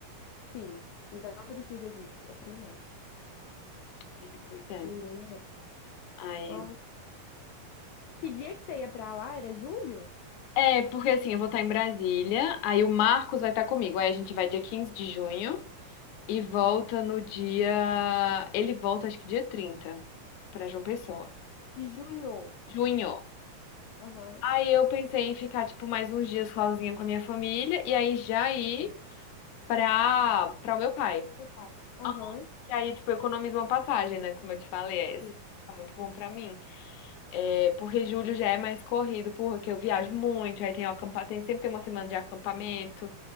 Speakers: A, on the left; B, on the left.
A: Sim, não precisa disso. Eu também acho.
B: Aí depois é.
A: Ninguém merece.
B: Aí.
A: Ó, que dia que você ia pra lá? Era julho?
B: É, porque assim, eu vou estar em Brasília, aí o Marcos vai estar comigo. Aí a gente vai dia 15 de junho. e volta no dia. Ele volta, acho que dia 30 pra João Pessoa.
A: De junho.
B: Junho.
A: Aham.
B: Aí eu pensei em ficar, tipo, mais uns dias sozinha com a minha família e aí já ir pra, pra o meu pai.
A: do Seu pai. Aham.
B: Ah, E aí, tipo, eu economizo uma passagem, né? Como eu te falei, é isso.
A: Sim.
B: Tá muito bom pra mim. É, porque julho já é mais corrido, porque eu viajo muito, aí tem o acampa... tem, sempre tem uma semana de acampamento.